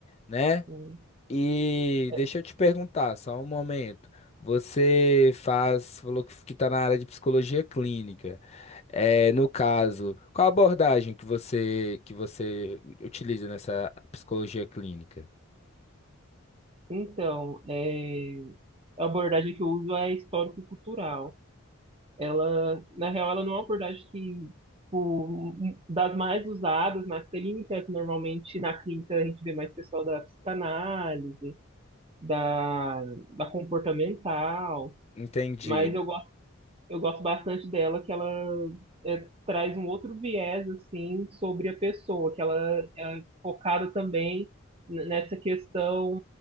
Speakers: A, on the left; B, on the right.
A: né?
B: assim.
A: E
B: É,
A: deixa eu te perguntar, só um momento. Você faz, falou que está na área de psicologia clínica. É, no caso, qual a abordagem que você que você utiliza nessa psicologia clínica?
B: Então, é, a abordagem que eu uso é histórico-cultural. Ela, na real, ela não é uma abordagem que, tipo, das mais usadas na clínica, que normalmente na clínica a gente vê mais pessoal da psicanálise, da, da comportamental,
A: Entendi.
B: mas eu eu gosto bastante dela, que ela é, traz um outro viés, assim, sobre a pessoa, que ela é focada também n- nessa questão